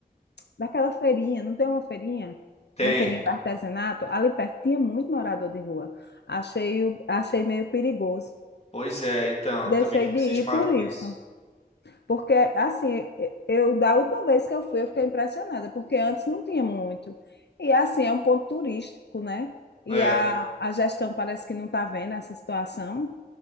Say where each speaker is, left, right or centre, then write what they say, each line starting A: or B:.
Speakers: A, on the left; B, on the left.
A: daquela feirinha, não tem uma feirinha?
B: Tem.
A: Uma feirinha de artesanato, ali perto tinha muito morador de rua. Achei, o- achei meio perigoso.
B: Pois é, então,
A: Deixei
B: também fico
A: de
B: cismado
A: ir por
B: com
A: isso.
B: isso.
A: Porque, assim, eu da última vez que eu fui, eu fiquei impressionada, porque antes não tinha muito. E, assim, é um ponto turístico, né? E
B: É,
A: a, a gestão parece que não está vendo essa situação.